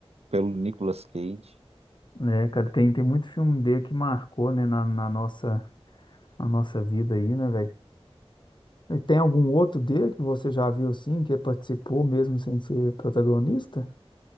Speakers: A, on the right (about 75°); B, on the left (about 50°).
A: pelo Nicolas Cage.
B: né, cara, tem, tem muito filme dele que marcou, né, na, na nossa, na nossa vida aí, né, velho? E Tem algum outro dele que você já viu assim, que participou mesmo sem ser protagonista?